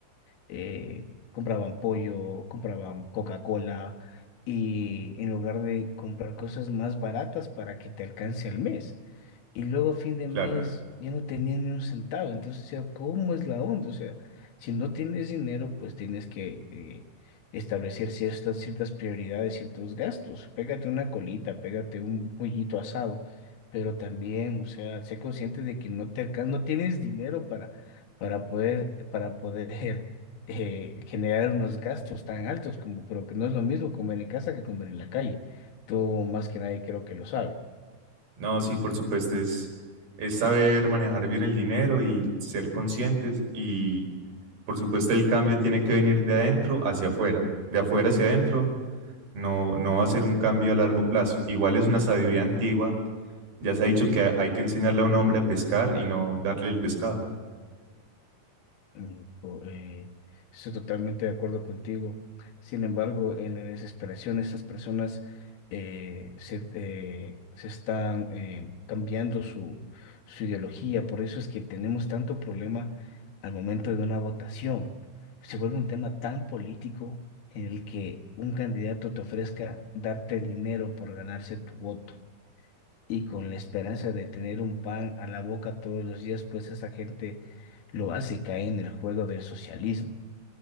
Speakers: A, on the left; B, on the right.
A: eh, compraban pollo, compraban Coca-Cola y en lugar de comprar cosas más baratas para que te alcance al mes. Y luego a fin de
B: Claro.
A: mes ya no tenía ni un centavo. Entonces, o sea, ¿cómo es la onda? O sea, si no tienes dinero, pues tienes que eh, establecer ciertas, ciertas prioridades, ciertos gastos. Pégate una colita, pégate un pollito asado. Pero también, o sea, sé consciente de que no te alcan- no tienes dinero para, para poder, para poder eh, generar unos gastos tan altos como, pero que no es lo mismo comer en casa que comer en la calle. Tú más que nadie creo que lo sabes.
B: No, sí, por supuesto, es, es saber manejar bien el dinero y ser conscientes y por supuesto el cambio tiene que venir de adentro hacia afuera, de afuera hacia adentro, no, no va a ser un cambio a largo plazo. Igual es una sabiduría antigua, ya se ha dicho que hay que enseñarle a un hombre a pescar y no darle el pescado.
A: Mm, co- eh, estoy totalmente de acuerdo contigo. Sin embargo, en la desesperación, estas personas eh, se, eh, se están eh, cambiando su, su ideología. Por eso es que tenemos tanto problema al momento de una votación. Se vuelve un tema tan político en el que un candidato te ofrezca darte dinero por ganarse tu voto y con la esperanza de tener un pan a la boca todos los días, pues esa gente lo hace y cae en el juego del socialismo,